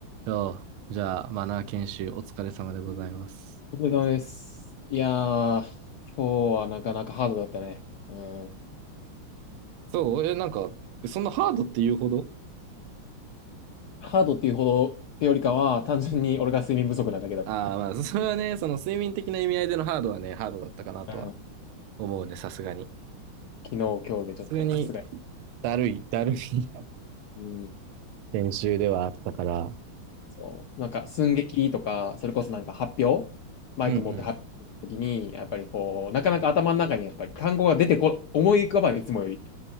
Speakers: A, on the right (about 85°); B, on the left (about 70°).
A: そじゃあ、マナー研修お疲れ様でございます。
B: お疲れ様です。いやー、今日はなかなかハードだったね。うん。
A: そう、え、なんか、そんなハードって言うほど
B: ハードっていうほどってよりかは、単純に俺が睡眠不足なだけだった。
A: ああ、まあ、<laughs> それはね、その睡眠的な意味合いでのハードはね、ハードだったかなとは
B: うん。
A: 思うね、さすがに。
B: 昨日、今日でちょっと、
A: 普通に、
B: さすがに。
A: だるい、だるい <laughs>。
B: うん。
A: 研修ではあったから。
B: そう。なんか、寸劇とか、それこそなんか発表マイク持って発表の時に、
A: うん
B: やっぱりこう、なかなか頭の中にやっぱり単語が出てこ、思い浮かばない、いつもより。